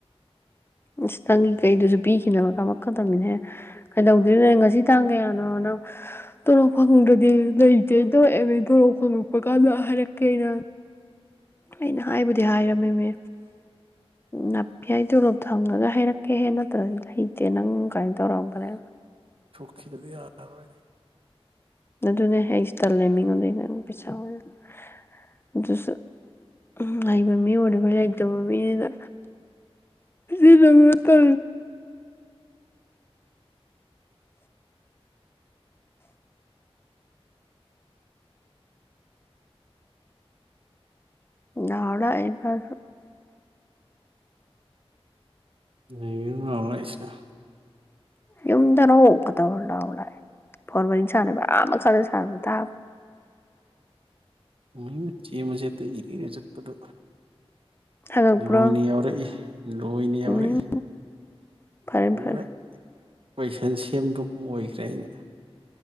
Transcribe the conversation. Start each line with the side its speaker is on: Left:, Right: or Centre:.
Left: ꯑꯁ ꯅꯪꯒꯤ ꯀꯩꯗꯨꯁꯨ ꯄꯤꯈꯤꯅꯕ ꯀ ꯈꯛꯇꯕꯅꯤꯅꯍꯦ ꯀꯩꯗꯧꯗꯣꯏꯔꯤꯅꯣ ꯉꯁꯤ ꯇꯥꯡ ꯀꯌꯥꯅꯣ ꯅꯪ ꯇꯂꯣꯛ ꯐꯪꯗ꯭ꯔꯗꯤ ꯂꯩꯇꯦ ꯇꯧꯑꯃꯦ ꯈꯣꯡꯂꯛꯄ ꯀꯥꯟꯗ ꯍꯥꯏꯔꯛꯀꯦꯩꯅ ꯑꯩꯅ ꯍꯥꯏꯕꯨꯗꯤ ꯍꯥꯏꯔꯝꯃꯤꯃꯦ ꯅꯥꯄꯤ ꯍꯥꯏꯗ ꯊꯪꯉꯒ ꯍꯥꯏꯩꯔꯛꯀꯦ ꯍꯦ ꯅꯠꯇꯕ ꯍꯩꯇꯦ ꯅꯪ ꯀꯃꯥꯏꯅ ꯇꯧꯔꯝꯕꯅꯦ
Right: ꯈꯈꯤꯗꯕꯤ ꯌꯥꯔ ꯑꯣꯏ
Left: ꯑꯗꯨꯅꯦꯍ ꯑꯩꯁꯨ ꯇꯜꯂꯦ ꯃꯤꯉꯣꯟꯗꯩꯅ ꯑꯗꯨ ꯄꯩꯁꯥ ꯑꯣꯏꯔ ꯑꯗꯨꯁꯨ ꯎ ꯂꯩꯕ ꯃꯤ ꯑꯣꯏꯕ ꯂꯩꯇꯕ ꯃꯤꯅꯤꯅ ꯏ ꯅ ꯇ ꯌꯥꯅꯥꯎ
Right: ꯅ ꯂꯥꯎꯂ ꯍꯥꯏꯁꯤꯅ
Left: ꯌꯗꯅ ꯀꯗ ꯑꯣꯂ ꯑꯣꯂ ꯐꯣꯔ ꯋꯥꯔꯤ ꯁꯥꯟꯅꯕ ꯑ ꯃꯈꯜꯗ ꯁꯥꯟꯅꯕ ꯇꯥ
Right: ꯃꯆꯦ ꯃꯆꯦꯠꯇ ꯏꯔꯔ ꯆꯠꯄꯗꯣ
Left: ꯍꯪꯉꯛꯄ꯭ꯔꯣ
Right: ꯂꯣꯏꯅ ꯌꯥꯎꯔꯛꯏ ꯂꯣꯏꯅꯦ
Left: ꯎꯝ
Right: ꯑꯣꯏꯔ
Left: ꯐꯔꯦ
Right: ꯄꯨꯔ
Left: ꯐꯔꯦ
Right: ꯀꯣꯏꯁꯟ ꯁꯦꯝꯕꯒꯨꯝ ꯑꯣꯏꯈ꯭ꯔꯦ ꯑꯩꯅ